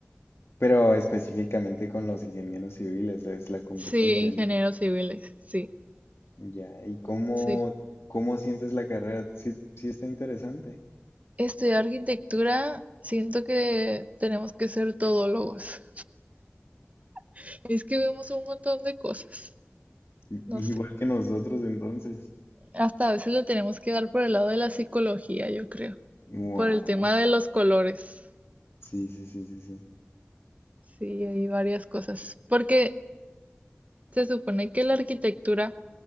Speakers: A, on the left; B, on the right.
A: Pero específicamente con los ingenieros civiles es la competencia,
B: Sí, ingenieros
A: ¿no?
B: civiles, sí,
A: Ya, ¿y cómo,
B: sí.
A: cómo sientes la carrera? Sí, sí está interesante.
B: Estudiar arquitectura, siento que tenemos que ser todólogos. <laughs> Es que vemos un montón de cosas,
A: <laughs>
B: no
A: Igual
B: sé.
A: que nosotros entonces.
B: Hasta a veces lo tenemos que dar por el lado de la psicología, yo creo,
A: Wow.
B: por el tema de los colores.
A: Sí, sí, sí, sí, sí.
B: Sí, hay varias cosas. Porque se supone que la arquitectura,